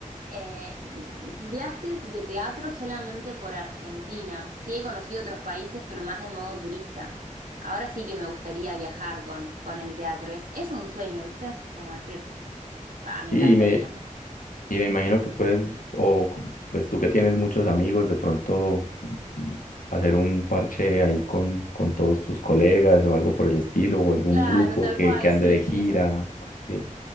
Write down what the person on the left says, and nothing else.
Sí,
y me,
y me imagino que puedes, o c- pues tú que tienes muchos amigos, de pronto mm, hacer un parche ahí con, con todos tus colegas o algo por el estilo, o algún
grupo
que,
que ande
de gira,
o algo así.